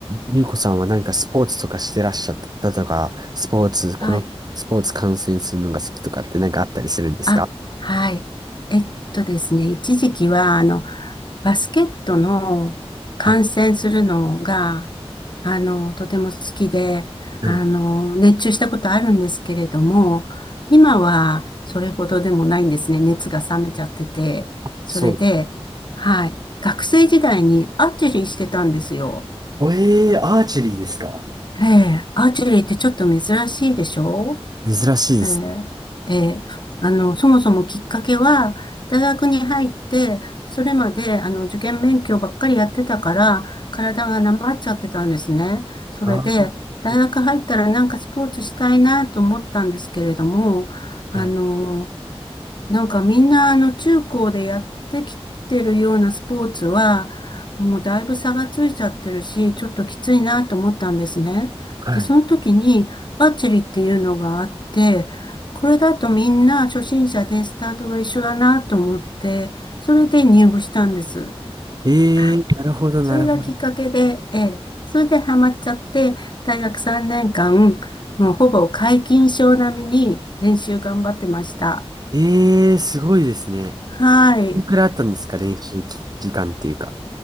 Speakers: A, on the right; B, on the left.
A: ゆうこさんはなんかスポーツとかしてらっしゃったとか、スポーツ、このスポーツ観戦するのが好きとかってなんかあったりするんですか
B: はい。あ、はい。えっとですね、一時期は、あの、バスケットの観戦するのが、
A: はい。
B: あの、とても好きで、
A: うん
B: あの、熱中したことあるんですけれども、今はそれほどでもないんですね。熱が冷めちゃってて。それで、
A: そう。
B: はい。学生時代にアーチェリーしてたんですよ。
A: おえー、アーチェリーですか
B: ええ、アーチェリーってちょっと珍しいでしょ
A: 珍しいですね。
B: ええ、えーあの、そもそもきっかけは、大学に入って、それまで、あの、受験勉強ばっかりやってたから、体がなまっちゃってたんですね。それで、
A: あーなるほど。
B: 大学入ったらなんかスポーツしたいなと思ったんですけれども、あの、
A: うん
B: なんかみんなあの中高でやってきてるようなスポーツは、もうだいぶ差がついちゃってるし、ちょっときついなと思ったんですね。
A: は
B: で、その時にアーチェリーっていうのがあって、これだとみんな初心者でスタートが一緒だなと思って、それで入部したんです。
A: い。えー、
B: はい。
A: なるほど、
B: それがきっかけで、
A: なるほど。
B: ええ、それでハマっちゃって、大学3年間、もうほぼ皆勤賞並みに練習頑張ってました。
A: えー、すごいですね。
B: はい。
A: いくらいあったんですか練習時間っていうか。